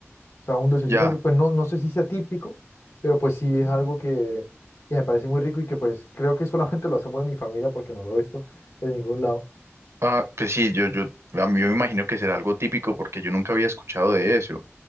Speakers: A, on the left; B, on the right.
A: O sea, un dulcecito
B: Ya.
A: que pues no, no sé si sea típico, pero pues sí es algo que, que me parece muy rico y que pues creo que solamente <laughs> lo hacemos en mi familia porque no lo he visto de ningún lado.
B: Ah, pues sí, yo, yo, a mí me imagino que será algo típico porque yo nunca había escuchado de eso.